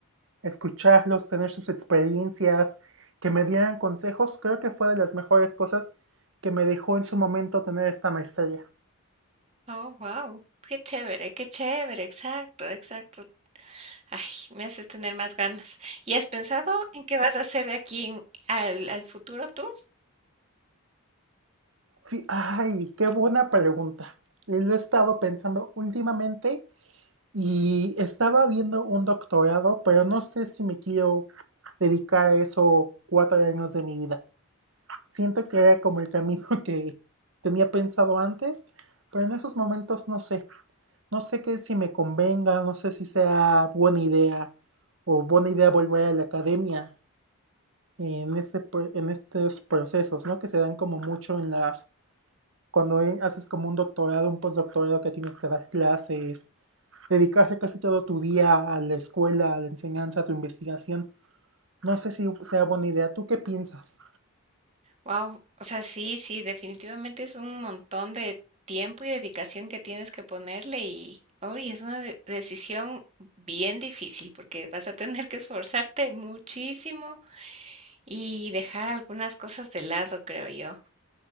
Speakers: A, on the right; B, on the right.
A: Escucharlos, tener sus experiencias, que me dieran consejos, creo que fue de las mejores cosas que me dejó en su momento tener esta maestría.
B: oh, wow. Qué chévere, qué chévere, exacto, exacto. Ay, me haces tener más ganas. ¿Y has pensado en qué vas a hacer de aquí en- al, al futuro tú?
A: Sí, ay, qué buena pregunta. Eh, Lo he estado pensando últimamente y estaba viendo un doctorado, pero no sé si me quiero dedicar a eso cuatro años de mi vida. Siento que era como el camino <laughs> que tenía pensado antes, pero en esos momentos no sé. No sé qué si me convenga, no sé si sea buena idea o buena idea volver a la academia en este, pro- en estos procesos, ¿no? Que se dan como mucho en las cuando eh, haces como un doctorado, un postdoctorado que tienes que dar clases, dedicarse casi todo tu día a la escuela, a la enseñanza, a tu investigación. No sé si sea buena idea. ¿Tú qué piensas?
B: Wow, o sea, sí, sí, definitivamente es un montón de tiempo y dedicación que tienes que ponerle y hoy es una de- decisión bien difícil porque vas a tener que esforzarte muchísimo y dejar algunas cosas de lado, creo yo.